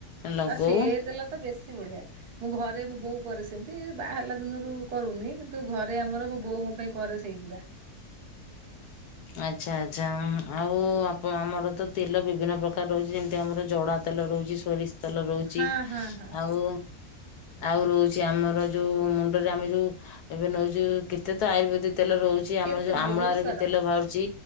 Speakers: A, on the left (about 80°); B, on the right (about 80°).
A: ଲଗଉ
B: ଆଉ ସେ ଦେଲା ତ ବେଶୀ ବଢିଆ ମୁଁ ଘରେ ମୋ ବୋଉ କରେ ସେମିତି, ବାହାହେଲା ଦିନରୁ କରୁନି କିନ୍ତୁ ଘରେ ଆମର ମୋ ବୋଉ ମୋ ପାଇଁ କରେ ସେଇ ଗୁରା।
A: ଆଚ୍ଛା ଆଚ୍ଛା ଉଁ ଆଉ ଆମର ତ ତେଲ ବିଭିନ୍ନ ପ୍ରକାର ରହୁଛି, ଯେମିତି ଆମର ଜଡା ତେଲ ରହୁଛି ସୋରିଷ ତେଲ ରହୁଛି
B: ହଁ ହଁ ହଁ
A: ଆଉ ଆଉ ରହୁଛି ଆମର ଯୋଉ ମୁଣ୍ଡରେ ଆମେ ଯୋଉ ଏବେ ନଉଛୁ, କେତେ ତ ଆୟୁର୍ବେଦିକ ତେଲ ରହୁଛି,
B: କେତେ
A: ଆମର ଯୋଉ ଆମ୍ଳାରେ
B: ବହୁତ ସାରା
A: ବି ତେଲ ବାହାରୁଛି